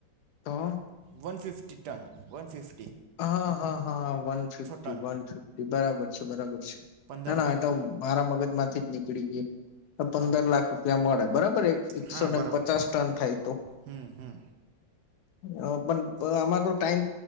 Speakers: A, on the left; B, on the right.
A: તો
B: વન ફિફ્ટી ટન વન ફિફ્
A: હા હા હા one fifty
B: ton
A: one fifty બરાબર છે બરાબર છે.
B: પંદર
A: ના ના
B: લાખ
A: એ
B: થાય
A: તો મારા મગજ માંથી જ નીકળી ગી. અન પંદર
B: હા
A: લાખ રૂપિયા મળે બરાબર એક એકસો
B: હા
A: ને
B: બરાબર
A: પચાસ ટન થાય તો.
B: હમ હમ
A: હ પણ એ આમાં તો ટાઈમ